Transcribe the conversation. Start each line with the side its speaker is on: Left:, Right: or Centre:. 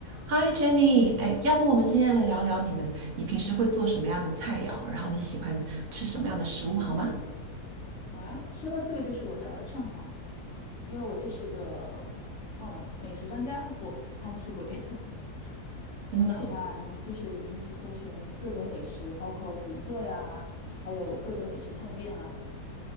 Right: 嗨，Jenny，哎，要不我们今天来聊聊你们，你平时会做什么样的菜肴，然后你喜欢吃什么样的食物，好吗？
Left: 好啊，说到这个就是我的擅长了，因为我就是个忘了美食专家，不，贪吃鬼。<laughs>
Right: 真的，
Left: 我很喜欢就是平时搜寻各种美食，包括怎么做呀，还有各种美食探店啊。